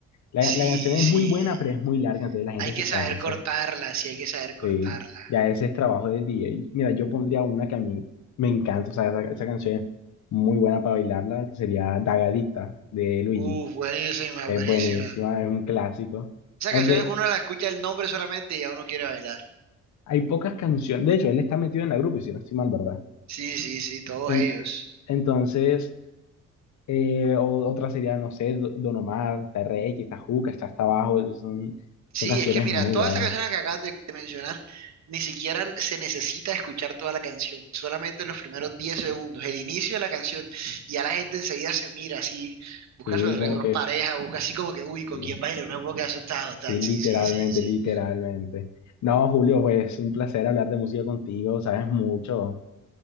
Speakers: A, on the left (about 70°); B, on the right (about 65°).
A: La,
B: sí,
A: la canción es
B: sí,
A: muy buena, pero es muy larga, entonces la gente
B: hay que
A: se
B: saber
A: cansa.
B: cortarla, sí hay que saber cortarla.
A: Sí, ya ese es trabajo del DJ. Mira, yo pondría una que a mí me encanta, o sea, esa, esa canción es muy buena para bailarla, que sería Dagadita de Luigi.
B: Uh, buenísima,
A: Es
B: buenísima.
A: buenísima, es un clásico.
B: Esa
A: Aunque
B: canción es que uno la escucha el nombre solamente y ya uno quiere bailar.
A: hay pocas canciones, de hecho, él está metido en la grupo, y si no estoy mal, ¿verdad?
B: Sí, sí, sí, todos
A: En-
B: ellos.
A: entonces, eh, o- otra sería, no sé, Do- Don Omar, está RX, está Juca, está hasta abajo, son,
B: Sí,
A: son canciones
B: es que mira,
A: muy
B: todas
A: buenas.
B: esas canciones que acabas de, de mencionar, ni siquiera se necesita escuchar toda la canción, solamente los primeros 10 segundos, el inicio de la canción, y ya la gente enseguida se mira así, busca
A: Sí,
B: a su alrededor
A: como que,
B: pareja, busca así como que, uy, ¿con
A: sí.
B: quién baila? No puedo quedar asustado, tal.
A: Sí, literalmente,
B: Sí, sí, sí, sí.
A: literalmente. No, Julio, pues un placer hablar de música contigo, sabes mucho.